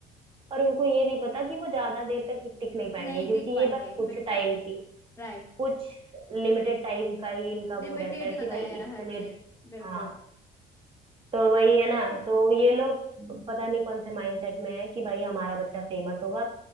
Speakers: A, on the right; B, on the left.
A: और उनको ये नहीं पता कि वो ज्यादा देर तक टिक नहीं पाएंगे
B: नहीं
A: क्योंकि
B: टिक पाएंगे
A: ये बस कुछ
B: बिल्कुल
A: टाइम की
B: राइट
A: कुछ लिमिटेड टाइम का ही इनका
B: लिमिटेड
A: वो रहता है
B: ही
A: कि
B: होता
A: भाई
B: है यार
A: इतने
B: हर चीज बिल्कुल
A: हाँ तो वही है ना तो ये लोग ब- पता नहीं कौन से माइंडसेट में है कि भाई हमारा बच्चा फेमस होगा